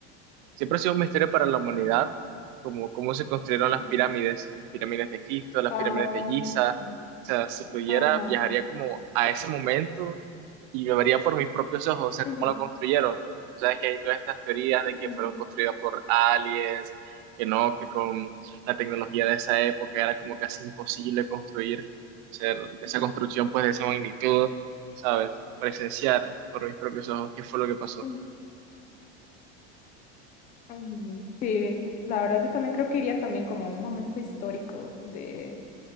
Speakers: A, on the right (about 45°); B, on the left (about 25°).
A: Siempre ha sido un misterio para la humanidad, como cómo se construyeron
B: Ujú.
A: las pirámides, pirámides de Egipto, las
B: Ah,
A: pirámides de Giza.
B: sí.
A: O sea, si pudiera,
B: Ajá.
A: viajaría como a ese momento y lo vería por mis propios ojos, o sea,
B: Ujú,
A: cómo lo construyeron. O sea, que hay todas estas teorías de que
B: ujú,
A: fueron construidas por aliens, que no, que con la tecnología de esa época era como casi imposible construir, hacer esa construcción pues de esa magnitud, ¿sabes? Presenciar por mis propios ojos qué fue lo que pasó.
B: ujú, ujú. Sí, la verdad yo también creo que iría también como a un momento histórico de,